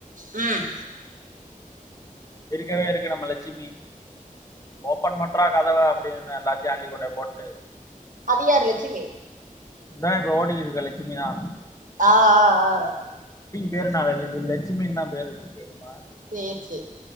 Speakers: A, on the right; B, on the left.
A: ம்
B: இருக்கவே இருக்கு நம்ம லட்சுமி ஓப்பன் பண்றா கதவ அப்படின்னு எல்லாத்தையும் அள்ளிக் கொண்டு போய் போட்டு
A: அது யாரு லட்சுமி
B: இதான் இப்ப ஓடிக்கிட்டு இருக்க லட்சுமிதா
A: ஆ ஆ ஆ
B: பேருநா வள்ளி இலட்சுமின்னு தான் பேரு வச்சி தெரியுமா
A: சேரி சேரி